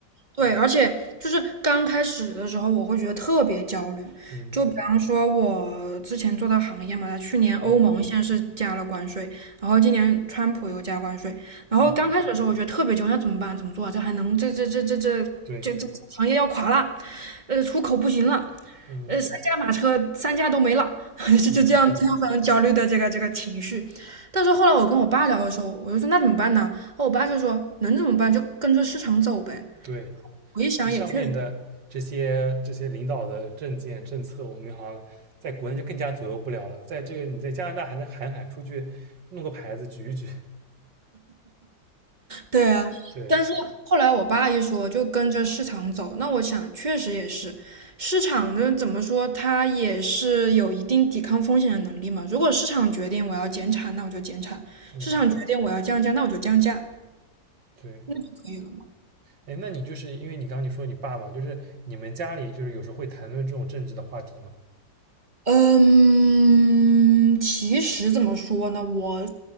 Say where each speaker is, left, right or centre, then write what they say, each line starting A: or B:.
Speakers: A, on the right; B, on the right.
A: 对，而且就是刚开始的时候，我会觉得特别焦虑。
B: 嗯
A: 就比方说，我之前做的行业嘛，它去年欧盟先是加了关税，
B: 嗯
A: 然后今年川普又加关税，然后刚开始的时候，
B: 嗯，
A: 我觉得特别焦虑，那怎么办？怎么做啊？这还能这这这这这这这行业要垮了，
B: 对，
A: 呃，出口不行了，
B: 嗯
A: 呃，三驾马车三驾都没了，<laughs> 就就这样这样非常焦虑的这个这个情绪。
B: 嗯哼
A: 但是后来我跟我爸聊的时候，我就说那怎么办呢？然后我爸就说能怎么办就跟着市场走呗。
B: 对。
A: 我一想也确实
B: 这上面的这些这些领导的政见政策，我们好像在国内就更加左右不了了。在这个你在加拿大还能喊喊出去，弄个牌子举一举。<laughs>
A: 对啊，
B: 对，
A: 但是后来我爸一说就跟着市场走，那我想确实也是，市场的怎么说，它也是有一定抵抗风险的能力嘛。如果市场决定我要减产，那我就减产；
B: 嗯，
A: 市场决定我要降价，那我就降价，
B: 对，
A: 就可以了吗？
B: 哎，那你就是因为你刚刚你说你爸爸，就是你们家里就是有时候会谈论这种政治的话题嘛？
A: 嗯，其实怎么说呢，我